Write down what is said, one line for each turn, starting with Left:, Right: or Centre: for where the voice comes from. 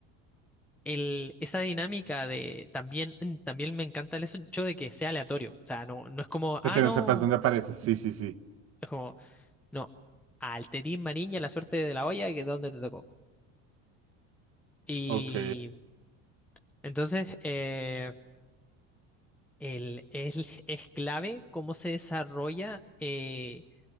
Centre: el, esa dinámica de también, mm, también me encanta el hecho de que sea aleatorio. O sea, no, no es como, ah,
Right: De que
Centre: no.
Right: no sepas dónde apareces. Sí, sí, sí.
Centre: Es como, No, al Tetín Marín a la suerte de la olla, que es donde te tocó. Y
Right: Ok.
Centre: entonces, eh, el, el- <laughs> es clave cómo se desarrolla eh,